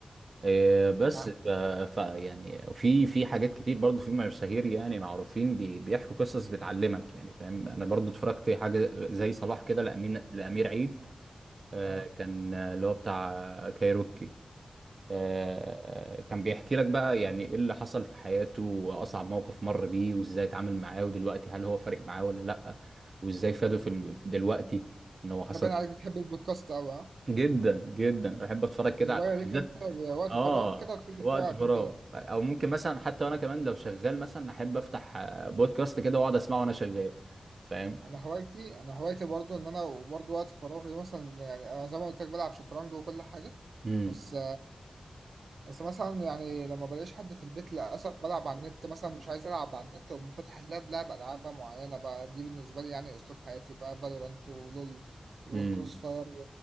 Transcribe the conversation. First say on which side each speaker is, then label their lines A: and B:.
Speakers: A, on the right; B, on the right.
A: إيه بس
B: نعم.
A: ف... ف يعني في في حاجات كتير برضو في مشاهير يعني معروفين بي... بيحكوا قصص بتعلمك يعني فاهم انا برضو اتفرجت حاجه زي صلاح كده لامين لامير عيد آه
B: اه
A: كان آه، اللي هو بتاع آه، كايروكي آه، آه، كان بيحكي لك بقى يعني ايه اللي حصل في حياته واصعب موقف مر بيه وازاي اتعامل معاه ودلوقتي هل هو فارق معاه ولا لا وازاي فاده في الم- في دلوقتي ان هو حصل
B: تبان عليك بتحب البودكاست أوي اه
A: جدا جدا انا بحب اتفرج كده
B: دي
A: على
B: هواية ليك
A: بالذات
B: انت وقت
A: اه
B: فراغ كده تخش تتفرج
A: وقت
B: على
A: فراغ
B: اتنين تلاتة
A: او ممكن مثلا حتى وانا كمان لو شغال مثلا احب افتح آه، بودكاست كده واقعد اسمعه وانا شغال فاهم
B: انا هوايتي انا هوايتي برضو ان انا برضو وقت فراغي مثلا يعني انا زي ما قلت لك بلعب شطرنج وكل حاجة
A: امم
B: بس بس مثلا يعني لما بلاقيش حد في البيت للأسف بلعب على النت مثلا مش عايز ألعب على النت ومفتح فاتح اللاب لعب ألعاب بقى معينة بقى دي بالنسبة لي يعني أسلوب حياتي بقى فالورانت ولول وكروس
A: امم
B: فاير